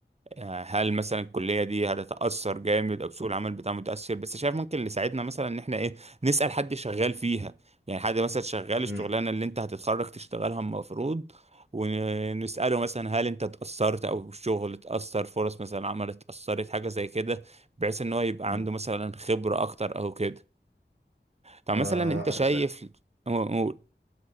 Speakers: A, on the right (about 35°); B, on the right (about 80°).
A: آه، هل مثلا الكلية دي هتتأثر جامد أو سوق العمل بتاعها متأثر بس شايف ممكن اللي يساعدنا مثلا إن إحنا إيه نسأل حد شغال فيها يعني حد مثلا شغال الشغلانة
B: امم
A: اللي أنت هتتخرج تشتغلها المفروض ونسأله مثلا هل أنت اتأثرت أو الشغل اتأثر فرص مثلا عمل اتأثرت حاجة زي كده بحيث إن هو يبقى
B: أمم.
A: عنده مثلا خبرة أكتر أو كده طب
B: آه
A: مثلا أنت شايف
B: انا شا...
A: قول- قول.